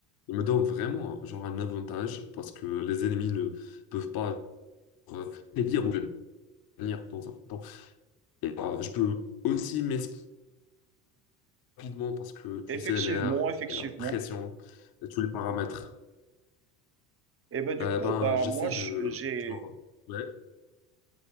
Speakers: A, on the left; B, on the right.
A: Il me donne vraiment, genre, un avantage parce que les ennemis ne peuvent pas. euh, les dire venir dans un temps. Et, euh, je peux aussi m'esquiver rapidement parce que tu
B: Effectivement,
A: sais, l'air
B: effectivement.
A: et la pression et tous les paramètres.
B: Et ben du
A: Euh,
B: coup,
A: ben,
B: bah
A: j'essaie
B: moi je-
A: de.
B: j'ai
A: genre, ouais,